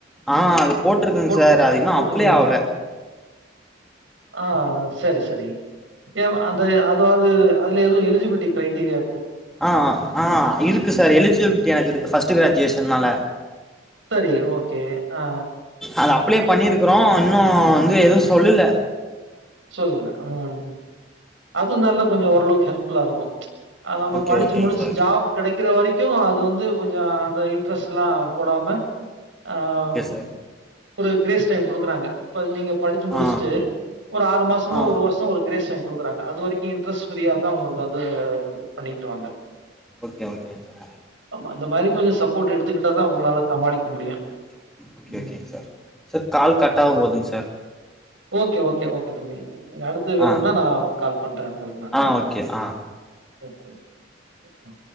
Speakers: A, in the centre; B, on the right (about 80°).
A: ஆ அது போட்ருக்கங்
B: போட்
A: சார் அது இன்னு
B: போட்டுருக்கீங்களா?
A: அப்ளே ஆவுல
B: ஆஆ சரி சரி ஏமா அந்த அதாவது அதுல எதுவு எலிஜிபிலிட்டி கிரைட்டேரியா
A: ஆஆ ஆ இருக்கு சார் எலிஜிபிலிட்டி எனக்கு இருக்கு ஃபர்ஸ்ட்டு கிராஜுவேஷன்னால
B: செரி ஓகே ஆ
A: அது அப்ளே பண்ணிருக்கறோ இன்னு வந்து எதுவு சொல்லல
B: சொல்லல ம் அதுவும் நல்லா கொஞ்சோ ஓரளவுக்கு ஹெல்ப்ஃபுல்லா இருக்கு ம்ச் அ நம்ப
A: ஓகே
B: படிச்சு
A: ஓகேங்க
B: முடிச்சு
A: சார்
B: ஜாப் கெடைக்கிற வரைக்கு அது வந்து கொஞ்சோ அந்த இன்ட்ரெஸ்ட்லா போடாம ஆவ்
A: ஓகே சார்
B: ஒரு கிரேஸ் டைம் குடுக்குறாங்க இப்ப நீங்க படிச்சு முடிச்சுட்டு
A: ஆ
B: ஒரு ஆறு மாசமோ
A: ஆ
B: ஒரு வருஷோ ஒரு கிரேஸ் டைம் குடுக்குறாங்க அது வரைக்கும் இன்ட்ரெஸ்ட் ஃப்ரீயா தா உங்களுக்கு வந்து பண்ணிக்கிடுவாங்க
A: ஓகே ஓகே சார
B: ஆமா அந்த மாரி கொஞ்சோ சப்போர்ட் எடுத்துக்கிட்டாதா உங்களால சமாளிக்க முடியு
A: ஓகே ஓகேங்க
B: ம்
A: சார் சார் கால் கட்டாக போதுங் சார்
B: ஓகே ஓகே ஓகே தம்பி நீங்க அடுத்து வேணும்னா
A: ஆ
B: நா கால் பண்றே உங்களுக் அது நாங்கதா
A: ஆ ஓகே ஆ
B: ஓகே ஓகே ச மா